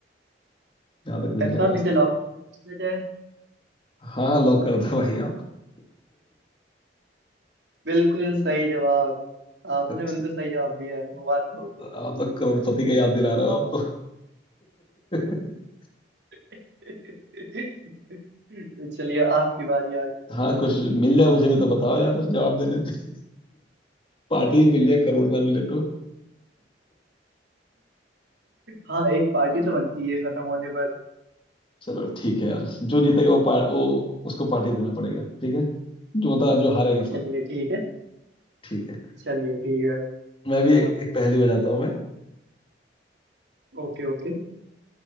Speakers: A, on the left (about 30°); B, on the right (about 75°).
A: जहाँ तक मुझे
B: कंफर्म
A: लग रहा
B: इसे
A: है
B: लॉक किया जाए
A: हाँ हाँ लॉक कर दो भाई आप <laughs>
B: बिल्कुल सही जवाब आपने
A: अच्छा,
B: बिल्कुल सही जवाब दिया है मुबारक हो
A: आप तो करोड़पति का याद दिला रहे हो आप तो <laughs>
B: <laughs> चलिए आपकी बारी आ गई
A: हाँ कुछ मिल जाए मुझे भी तो बताओ यार जवाब देने पे पार्टी ही मिल जाए करोड़ ना मिले तो
B: हाँ एक पार्टी तो बनती है खत्म होने पर
A: चलो ठीक है यार जो जीतेगा वो पा- वो उसको पार्टी देना पड़ेगा ठीक है जो मतलब जो हारेगा सॉरी
B: चलिए ठीक है
A: ठीक है
B: चलिए ठीक है
A: मैं भी एक
B: हाँ
A: एक पहेली बजाता हूँ मैं
B: ओके ओके